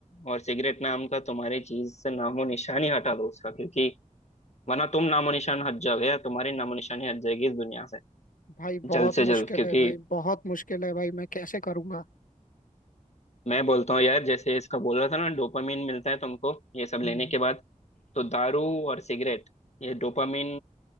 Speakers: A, on the left (about 55°); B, on the left (about 85°).
A: और सिगरेट नाम का तुम्हारी चीज से नामो निशान ही हटा दो उसका क्योंकि वरना तुम नामो निशान हट जाओगे या तुम्हारी नामो निशानी हट जाएगी इस दुनिया से
B: भाई बहुत
A: जल्द से
B: मुश्किल
A: जल्द क्योंकि
B: है भाई बहुत मुश्किल है भाई मैं कैसे करूँगा
A: मैं बोलता हूँ यार जैसे इसका बोल रहा था ना डोपामिन मिलता है तुमको ये सब लेने
B: हम्म
A: के बाद तो दारू और सिगरेट ये डोपामिन